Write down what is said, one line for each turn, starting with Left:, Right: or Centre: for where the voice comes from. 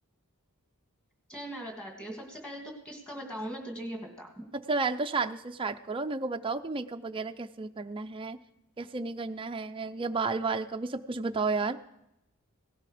Centre: चल मैं बताती हूँ सबसे पहले तो किसका बताऊँ मैं तुझे ये बता
Right: सबसे पहले तो शादी से स्टार्ट करो मेरे को बताओ कि मेकअप वगैरह कैसे करना है कैसे नहीं करना है या बाल वाल का भी सब कुछ बताओ यार